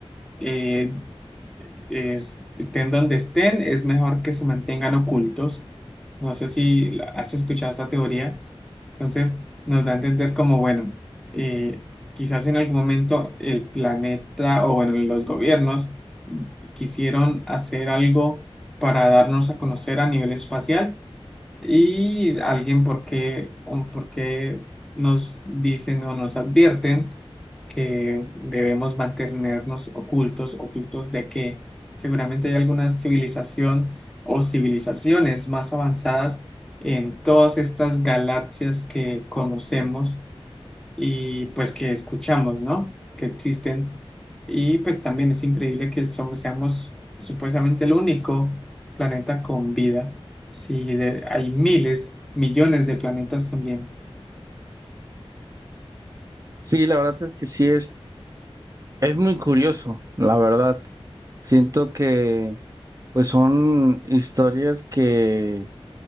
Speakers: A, in the centre; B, on the right.
A: eh, es- estén donde estén, es mejor que se mantengan ocultos. No sé si la- has escuchado esa teoría. Entonces, nos da a entender como, bueno, eh, quizás en algún momento el planeta o, bueno, los gobiernos quisieron hacer algo para darnos a conocer a nivel espacial y alguien, ¿por qué, un- por qué nos dicen o nos advierten? que debemos mantenernos ocultos, ocultos de que seguramente hay alguna civilización o civilizaciones más avanzadas en todas estas galaxias que conocemos y pues que escuchamos, ¿no? Que existen. Y pues también es increíble que somos, seamos supuestamente el único planeta con vida. Si de- hay miles, millones de planetas también.
B: Sí, la verdad es que sí es, es muy curioso, la verdad. Siento que pues son historias que